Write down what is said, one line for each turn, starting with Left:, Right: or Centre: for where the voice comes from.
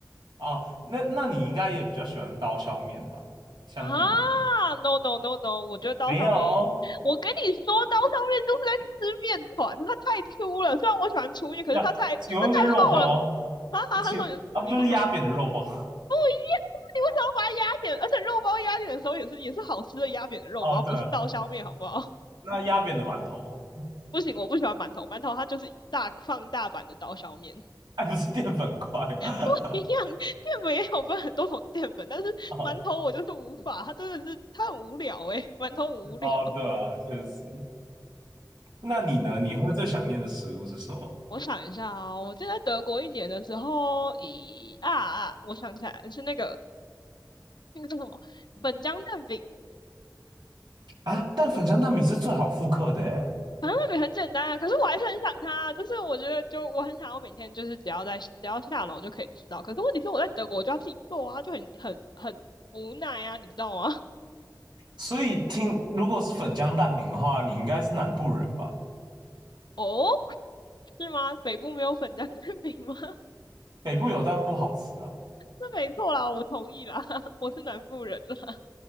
Right: 哦，那那你应该也比较喜欢刀削面吧？相比于那
Left: 啊！No no no no，我觉得刀削面，
Right: 没有哦
Left: 我跟你说，刀削面就是在吃面团，它太粗了。虽然我喜欢粗面，可是它太它太厚了。
Right: 这样，请问跟肉包，
Left: 哈哈，
Right: 请啊不就是压扁的肉包？
Left: 他说你你说什么？不你为什么要把它压扁？而且肉包压扁的时候也是也是好吃的压扁的肉包，
Right: <laughs> 哦，对啊，
Left: 不是刀削面，好不好？
Right: 那压扁的馒头，
Left: <laughs> 不行，我不喜欢馒头，馒头它就是大放大版的刀削面，<laughs>
Right: 哎，不是淀粉块 <laughs>
Left: 不一样。淀粉也有分很多种淀粉，但是馒头我就是无法，
Right: 哦
Left: 它真的是它很无聊诶、欸馒头很无聊。
Right: 哦，
Left: <laughs>
Right: 对啊，确实。那你呢？你会最想念的食物是什么
Left: 我想一下啊、哦我记得在德国一年的时候，咦啊啊，我想起来是那个那个叫什么粉浆蛋饼，
Right: 啊？但粉浆蛋饼是最好复刻的诶，
Left: 好像也很简单啊，可是我还是很想它啊，就是我觉得就我很想要每天就是只要在只要下楼就可以吃到，可是问题是我在德国我就要自己做啊，就很很很无奈啊，你知道吗？
Right: 所以听如果是粉浆蛋饼的话，你应该是南部人吧？
Left: <laughs> 哦，是吗？北部没有粉浆馅饼吗？
Right: 北部有但不好吃啊。
Left: <laughs> 那没错啦，我同意啦，<laughs> 我是南部人了。